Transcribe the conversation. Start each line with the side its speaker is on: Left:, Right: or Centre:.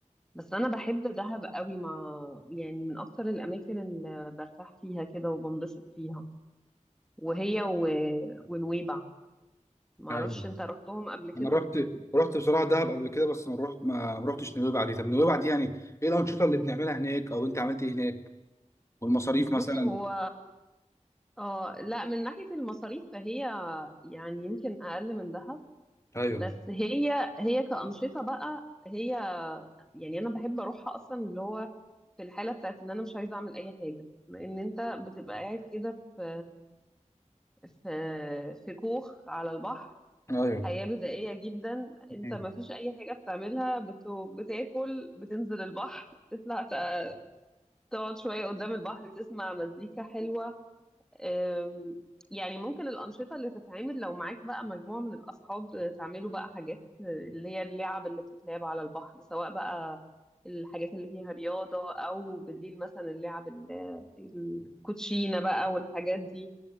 Centre: بس انا بحب دهب قوي ما يعني من اكتر الاماكن اللي برتاح فيها كده وبنبسط فيها وهي و... ونويبع ما
Left: ايوه
Centre: اعرفش انت رحتهم قبل كده
Left: انا رحت رحت بصراحة دهب قبل كده بس ما رحت ما ما رحتش نويبع دي طب نويبع دي يعني ايه الأنشطة اللي بنعملها هناك او انت عملت ايه هناك والمصاريف
Centre: بص
Left: مثلا
Centre: هو اه لا من ناحية المصاريف فهي يعني يمكن اقل من دهب
Left: ايوه
Centre: بس هي هي كأنشطة بقى هي يعني انا بحب اروحها اصلا اللي هو في الحالة بتاعت اللي انا مش عايزة اعمل اي حاجة لان انت بتبقى قاعد كده في في في كوخ على البحر
Left: ايوه
Centre: حياة بدائية جدا
Left: مم.
Centre: انت ما فيش اي حاجة بتعملها بت... بتاكل بتنزل البحر تطلع ت- تقعد شوية قدام البحر تسمع مزيكا حلوة أم، يعني ممكن الأنشطة اللي تتعمل لو معاك بقى مجموعة من الأصحاب آه، تعملوا بقى حاجات آه، اللي هي اللعب اللي بتتلعب على البحر سواء بقى الحاجات اللي فيها رياضة أو بالليل مثلا اللعب ال- آه، الكوتشينة بقى والحاجات دي